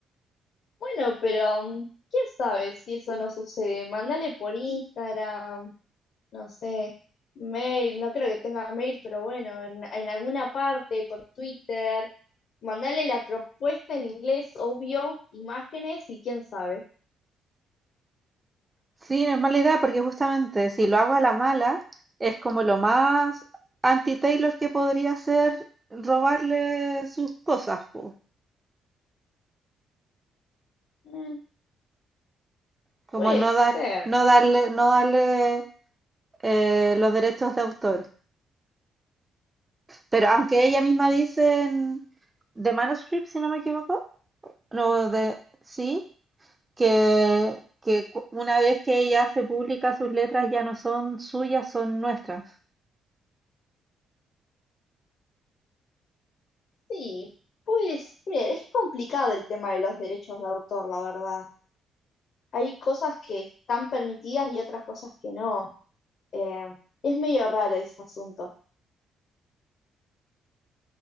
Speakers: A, on the left; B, on the right.
A: Bueno, pero mm, quién sabe si eso no sucede. Mándale por Instagram, no sé, mail, no creo que tenga mail, pero bueno, en, en alguna parte, por Twitter. Mandale la propuesta en inglés, obvio, imágenes y quién sabe.
B: Sí, no es mala idea porque justamente si lo hago a la mala, es como lo más anti-Taylor que podría ser robarle sus cosas, po.
A: Mm,
B: Como
A: Puede
B: no
A: ser,
B: dar, no darle, no darle eh, los derechos de autor. Pero aunque ella misma dice en The Manuscript, si no me equivoco, no, de, sí, que, que cu- una vez que ella hace pública sus letras ya no son suyas, son nuestras.
A: sí, puede ser. Es complicado el tema de los derechos de autor, la verdad. Hay cosas que están permitidas y otras cosas que no. Eh, es medio raro ese asunto.